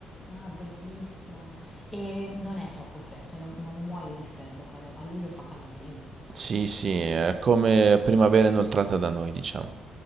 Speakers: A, on the left (about 15°); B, on the right (about 45°).
A: Ah, bellissimo. E non è troppo freddo, cioè non, non muoio di freddo, a fare- a luglio fa caldo anche lì.
B: Sì, sì, è come primavera inoltrata da noi, diciamo.